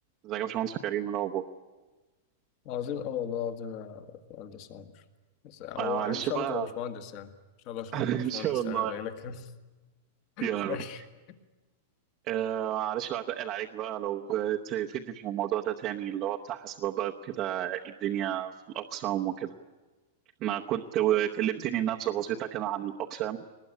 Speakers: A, on the right (about 30°); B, on the left (about 35°).
A: ازيك يا باشمهندس كريم إيه الاخبار
B: عظيم أوي والله العظيم يا باشمهندس عمر بس هو
A: آه معلش
B: إن شاء
A: بقى
B: الله تبقى باشمهندس يعني إن شاء الله تبقى
A: <laughs>
B: باشمهندس
A: ان شاء الله
B: يعني زينا كده <laughs>
A: يا رب
B: ماشي
A: آه معلش بقى اتقل عليك بقى لو تفيدني في الموضوع ده تاني اللي هو بتاع حاسبات بقى كده الدنيا في الاقسام وكده انا كنت كلمتني نبذه بسيطه كده عن الاقسام